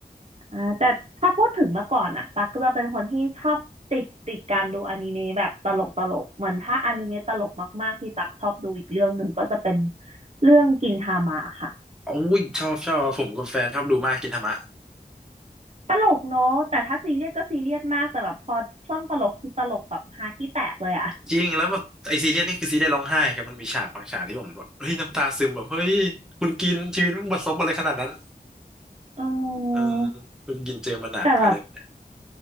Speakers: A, on the right; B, in the centre.
A: อ่าแต่ถ้าพูดถึงเมื่อก่อนอะตั๊กก็จะเป็นคนที่ชอบติดติดการดูอนิเมะแบบตลกตลกเหมือนถ้าอนิเมะตลกมากๆที่ตั๊กชอบดูอีกเรื่องหนึ่งก็จะเป็นเรื่องกินทามะค่ะ
B: อุ้ยชอบชอบผมกับแฟนชอบดูมากกินธรรมะ
A: ตลกเนอะแต่ถ้าซีเรียสก็ซีเรียสมากแต่แบบพอช่วงตลกคือตลกแบบฮาขี้แตกเลยอะ
B: จริงแล้วแบบไอซีเรียสนี่คือซีเรียสร้องไห้ครับมันมีฉากบางฉากที่ผมแบบเฮ้ยน้ำตาซึมแบบเฮ้ยคุณกินชีวิตมึงบัดซบอะไรขนาดนั้น
A: <laughs> เออ
B: เออคุณกินเจอมาหนักอะไรแบบนี้
A: แต่แบบ